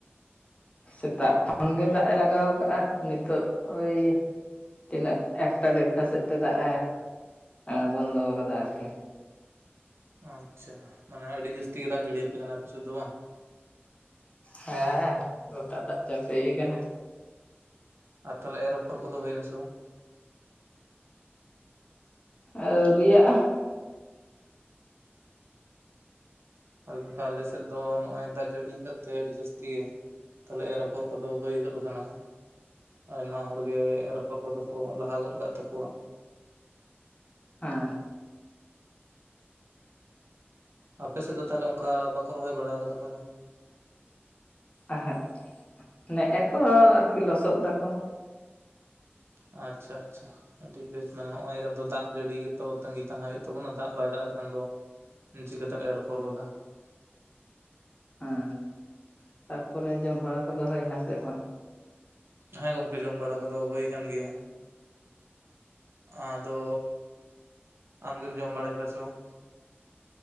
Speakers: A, on the left; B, on the right.
A: ᱥᱮᱛᱟᱜ ᱠᱷᱚᱱ ᱜᱮ ᱫᱟᱜ ᱮ ᱞᱟᱜᱟᱣ ᱠᱟ, ᱜᱼᱟ ᱱᱤᱛᱚᱜ ᱳᱭ ᱛᱤᱱᱟᱹᱜ ᱮᱠᱴᱟ ᱰᱮᱲᱴᱟ ᱥᱮᱫ ᱛᱮ ᱫᱟᱜ ᱮ ᱵᱚᱱᱫᱚ ᱠᱟᱫᱟ ᱟᱨᱠᱤ,
B: ᱟᱪᱷᱟ ᱢᱟᱱᱮ ᱟᱹᱰᱤ ᱡᱟᱹᱥᱛᱤ ᱜᱮ ᱫᱟᱜ ᱮ ᱡᱟᱹᱲᱤ ᱟᱯᱮ ᱠᱟᱱᱟ ᱟᱯᱮ ᱥᱮᱫ ᱫᱚ ᱵᱟᱝ,
A: ᱦᱮᱸ ᱜᱚᱴᱟ ᱫᱟᱜ ᱪᱟᱯᱮ ᱠᱟᱱᱟ,
B: ᱟᱨ ᱛᱟᱦᱚᱞᱮ ᱮᱨ ᱚᱯᱷᱚᱨ ᱠᱚᱫᱚ ᱦᱩᱭ ᱱᱟ ᱥᱮ ᱵᱟᱝ,
A: ᱟᱹᱣᱨᱤ ᱭᱟᱜ-ᱟ,
B: ᱦᱟᱠᱠᱟ ᱟᱞᱮ ᱥᱮᱫ ᱫᱚ ᱱᱚᱜ-ᱚᱭ ᱫᱟᱜ ᱡᱟᱹᱲᱤ ᱠᱟᱫ ᱛᱮ ᱟᱹᱰᱤ ᱡᱟᱹᱥᱛᱤ ᱛᱟᱦᱚᱞᱮ ᱮᱨ ᱟᱯᱷᱚᱨ ᱠᱚᱫᱚ ᱦᱩᱭ ᱜᱚᱫ ᱟᱠᱟᱱᱟ, ᱟᱭᱢᱟ ᱦᱚᱲᱜᱮ ᱮᱨ ᱟᱯᱷᱚᱲ ᱠᱚᱫᱚ ᱠᱚ ᱞᱟᱦᱟ ᱜᱚᱫ ᱠᱟᱜ ᱛᱟᱠᱚᱣᱟ,
A: ᱦᱮᱸ
B: ᱟᱯᱮ ᱥᱮᱫ ᱫᱚ ᱛᱟᱦᱚᱞᱮ ᱚᱱᱠᱟ ᱵᱟᱠᱚ ᱨᱚᱦᱚᱭ ᱵᱟᱲᱟ ᱠᱟᱫᱟ ᱠᱚ ᱚᱠᱚᱭ ᱦᱚᱸ?
A: ᱮᱦᱮᱜ ᱱᱮᱜ ᱮ ᱠᱚ ᱟᱨᱠᱤ ᱞᱚᱥᱚᱫ ᱫᱟᱠᱚ,
B: ᱟᱪᱷᱟ ᱟᱪᱷᱟ, ᱟᱹᱰᱤ ᱵᱮᱥ ᱢᱟᱱᱮ ᱱᱚᱜ ᱚᱭ ᱡᱮ ᱟᱫᱚ ᱫᱟᱜ ᱡᱟᱹᱲᱤ ᱜᱮᱛᱚ ᱛᱟᱹᱜᱤ ᱛᱟᱦᱮᱸ ᱦᱩᱭᱩᱜ ᱛᱟᱵᱚᱱᱟ ᱫᱟᱜ ᱵᱟᱭ ᱫᱟᱜ ᱞᱮᱠᱷᱟᱱ ᱫᱚ, ᱪᱤᱠᱟᱹᱛᱮᱢ ᱮᱨ ᱯᱚᱨ ᱜᱚᱫᱟ,
A: ᱦᱮᱸ ᱛᱟᱨᱯᱚᱨᱮ ᱡᱚᱢ ᱵᱟᱲᱟ ᱠᱚᱫᱚ ᱦᱩᱭᱱᱟ ᱥᱮ ᱵᱟᱝ?
B: ᱦᱮᱸ ᱜᱚᱝᱠᱮ ᱡᱚᱢ ᱵᱟᱲᱟ ᱠᱚᱫᱚ ᱦᱳᱭ ᱟᱠᱟᱱ ᱜᱮᱭᱟ, ᱟᱫᱚ ᱟᱢ ᱜᱮᱢ ᱡᱚᱢ ᱵᱟᱲᱟ ᱠᱤᱫᱟ ᱥᱮ ᱵᱟᱝ?